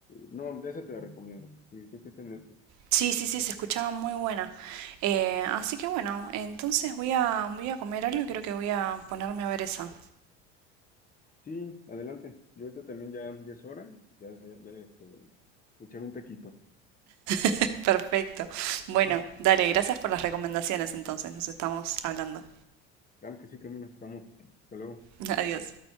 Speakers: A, on the left; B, on the right.
A: no, de esa te la recomiendo. Sí, creo que está en Netflix.
B: Sí, sí, sí, se escuchaba muy buena. Eh, así que bueno, entonces voy a, voy a comer algo y creo que voy a ponerme a ver esa.
A: Sí, adelante. Yo ahorita también ya, ya es hora. Ya, ya, ya, este, echar un taquito.
B: <laughs> Perfecto. Bueno,
A: <laughs> Ujú.
B: dale, gracias por las recomendaciones entonces. Nos estamos hablando.
A: Claro que sí, Camila, estamos. Hasta luego.
B: <laughs> Adiós.